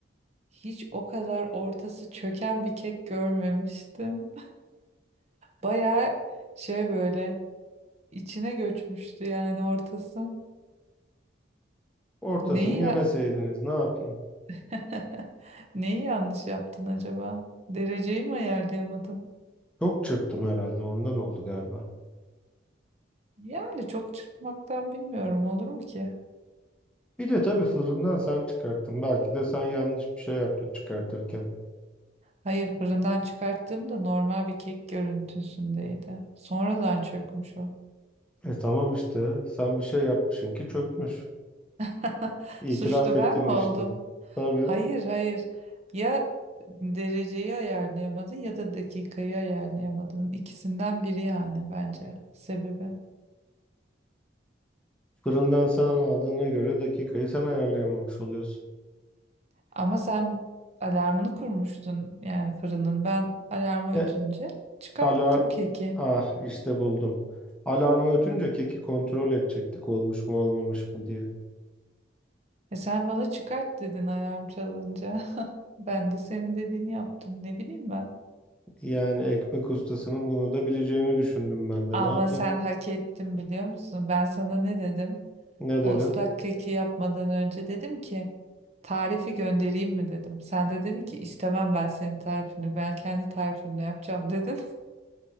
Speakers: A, on the right; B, in the centre.
A: hiç o kadar ortası çöken bir kek görmemiştim. Bayağı şey böyle içine göçmüştü yani ortası.
B: Ortasını
A: Neyi
B: yemeseydiniz
A: ya-
B: ne yapayım?
A: <laughs> neyi yanlış yaptın acaba? Dereceyi mi ayarlayamadın?
B: Çok çırptım herhalde ondan oldu galiba.
A: Yani çok çırpmaktan bilmiyorum olur mu ki?
B: Bir de tabii fırından sen çıkarttın. Belki de sen yanlış bir şey yaptın çıkartırken.
A: Hayır fırından çıkarttığımda normal bir kek görüntüsündeydi. Sonradan çökmüş o.
B: E tamam işte sen bir şey yapmışsın ki çökmüş.
A: <laughs>
B: İtiraf
A: Suçlu
B: ettin
A: ben mi
B: işte.
A: oldum?
B: Tabii
A: Hayır hayır. Ya dereceyi ayarlayamadın ya da dakikayı ayarlayamadın. İkisinden biri yani bence sebebi.
B: fırından sen aldığına göre dakikayı sen ayarlayamamış oluyorsun.
A: Ama sen alarmını kurmuştun yani fırının. Ben alarmı
B: E
A: ötünce çıkarttım
B: Alar
A: keki.
B: ah işte buldum. Alarmı ötünce keki kontrol edecektik olmuş mu olmamış mı diye.
A: E sen bana çıkart dedin alarm çalınca. <laughs> Ben de senin dediğini yaptım. Ne bileyim ben.
B: Yani ekmek ustasının bunu da bileceğini düşündüm ben de.
A: Ama
B: Ne yapayım?
A: sen hak ettin biliyor musun? Ben sana ne dedim?
B: Ne
A: O
B: dedin?
A: ıslak keki yapmadan önce dedim ki tarifi göndereyim mi dedim. Sen de dedin ki istemem ben senin tarifini. Ben kendi tarifimle yapacağım dedin.